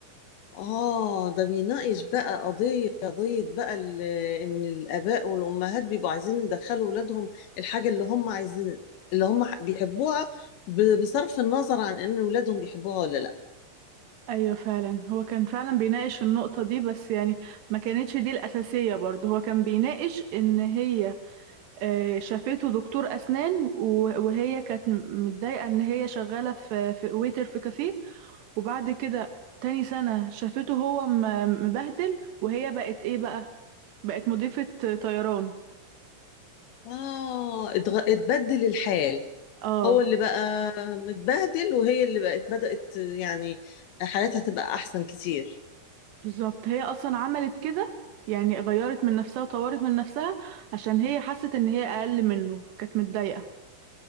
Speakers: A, on the left; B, on the right.
A: اه ده بيناقش بقى قضية قضية بقى ال- ان الاباء والامهات بيبقوا عايزين يدخلوا ولادهم الحاجة اللي هم عايزين اللي هم ح- بيحبوها ب- بصرف النظر عن ان ولادهم بيحبوها ولا لا
B: أيوة فعلا هو كان فعلا بيناقش النقطة دي بس يعني ما كانتش دي الأساسية برضه هو كان بيناقش إن هي آه، شافته دكتور أسنان و- وهي كانت م- متضايقة إن هي شغالة في في ويتر في كافيه وبعد كده تاني سنة شافته هو م- مبهدل وهي بقت إيه بقى بقت مضيفة طيران
A: اه اتغ... اتبدل الحال
B: اه
A: هو اللي بقى متبهدل وهي اللي بقت بدأت يعني حياتها تبقى احسن كتير
B: بالظبط هي اصلا عملت كده يعني غيرت من نفسها وطورت من نفسها عشان هي حست ان هي اقل منه كانت متضايقة